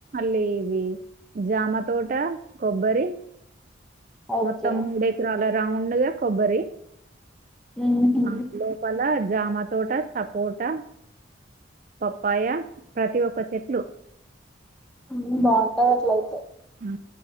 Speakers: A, on the right; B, in the centre.
A: లేదు జామ తోట కొబ్బరి
B: ఓకే
A: మొత్తం మూడు ఎకరాల రౌండ్గా కొబ్బరి
B: ఉహు.
A: ఆ లోపల జామ తోట సపోట ప పయ ప్రతి ఒక్క చెట్లు
B: అ బాగుంటది అట్ల అయితే
A: ఆ